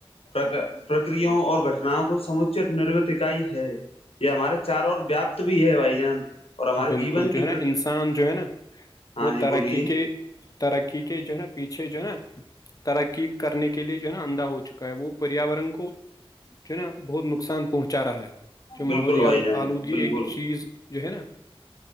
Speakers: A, on the left (about 75°); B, on the left (about 40°).
A: پرکر اور گٹناؤں کو سچ نروت اکائی ہے یہ ہمارے چار اور ویاپت بھی ہے بھائی جان اور ہمارے
B: بالکل
A: جیون کی
B: جو ہے نا انسان جو ہے نا
A: ہاں
B: وہ
A: جی
B: ترقی
A: بولیے
B: کے ترقی کے جو ہے نا پیچھے اھے جو ہے نا ترقی کرنے کے لیے جو ہے نا اندھا ہو چکا ہے وہ پریاورن کو جو ہے نا بہت نقصان پہنچا رہا ہے جو
A: بالکل
B: ماحولیات
A: بھائی جان
B: آلودگی
A: بالکل
B: ایک چیز جو ہے نا